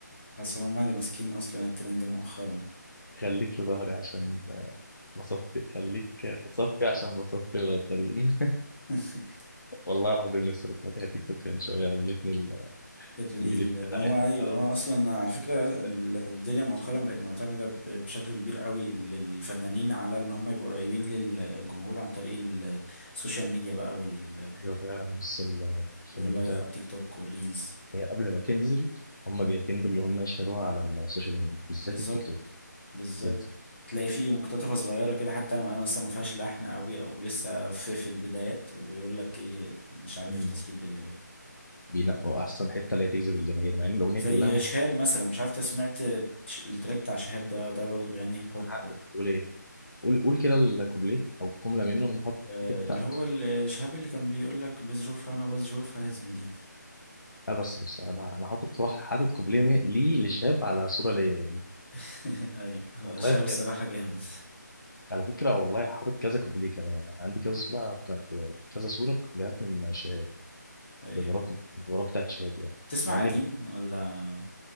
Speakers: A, on the left; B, on the left.
A: اصل هما اللي ماسكين اصلا الترند مؤخرا
B: خليك في ظهري عشان بصفي خليك بصفي عشان بصفي الغدارين
A: <laughs>
B: <laughs> والله العظيم لسه كنت فاتح تيك توك من شويه عملتني ال-
A: الريل
B: الفيديو
A: هو
B: بتاعتها
A: ايوه
B: آه،
A: هو اصلا على فكره
B: بتاعت-
A: الدنيا مؤخرا بقت معتمده ب- بشكل كبير قوي للفنانين على ان هم يبقوا قريبين للجمهور عن طريق ال- السوشيال ميديا بقى وال...
B: ايوه فعلا بص ال- الفنانين
A: واللايف
B: فعلا
A: والتيك توك والريلز
B: هي قبل ما تنزل هم بيعتمدوا اللي هم يشهروها على السوشيال ميديا بالذات
A: بالظبط
B: التيك توك
A: بالظبط
B: بيلز-
A: تلاقي فيه مقتطفة صغيرة كده حتى ما- مثلا ما فيهاش لحن قوي او لسه في في البدايات ويقول لك ايه مش عارف
B: مم.
A: تسريب للي
B: بينقوا احسن حته اللي هي تجذب الجماهير مع ان الاغنيه
A: زي
B: كلها ممكن
A: شهاب مثلا مش عارف انت سمعت ش- التراك بتاع شهاب ده ده برضه بيغني هيب هوب
B: انا عارف انت هتقول ايه قول قول كده الكوبليه او جمله منه انا حاطط
A: آه،
B: حته
A: اللي هو ال- شهاب اللي كان بيقول لك بظروفها انا بظروفها يا زميلي
B: اه بس بس انا انا حاطط واحد حاطط كوبليه ليه لشاب على صوره ليا برضه
A: <laughs> ايوه هو
B: والله
A: شهاب الصراحة
B: بجد
A: جامد
B: على فكرة والله حاطط كذا كوبليه كمان يعني عندي كذا صورة بتاعت كذا صورة كوبليهات من شهاب
A: ايوه
B: بالمرات بالمرات بتاعت شهاب يعني
A: بتسمع
B: مع إني
A: قديم ولا